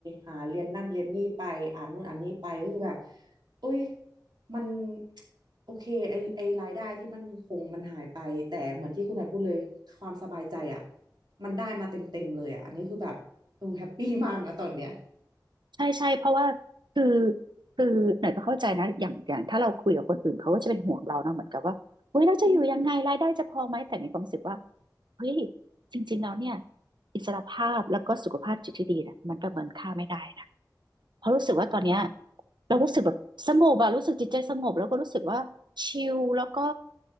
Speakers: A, on the right (about 70°); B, on the right (about 80°).
A: หาเรียนนั่นเรียนนี่ไปอ่านนู่นอ่านนี่ไปก็คือแบบโอ้ยมันโอเคไอไอรายได้ที่มันคงมันหายไปแต่เหมือนที่คุณนายพูดเลยความสบายใจอะ มันได้มาเต็มๆเลยอ่ะ อันนี้คือแบบโอ้แฮปปี้มากนะตอนเนี้ย
B: ใช่ใช่เพราะว่าคือคือหน่อยก็เข้าใจนะอย่างอย่างถ้าเราคุยกับคนอื่นเขาก็จะเป็นห่วงเรานะเหมือนกับว่าเฮ้ยเราจะอยู่ยังไงรายได้จะพอไหมแต่มีความรู้สึกว่า
A: อืม
B: เฮ้ยจริงๆแล้วเนี่ยอิสรภาพแล้วก็สุขภาพจิตที่ดีนะมันประเมินค่าไม่ได้นะ เพราะรู้สึกว่าตอนเนี้ยเรารู้สึกแบบสงบอะรู้สึกจิตใจสงบแล้วก็รู้สึกว่าชิลแล้วก็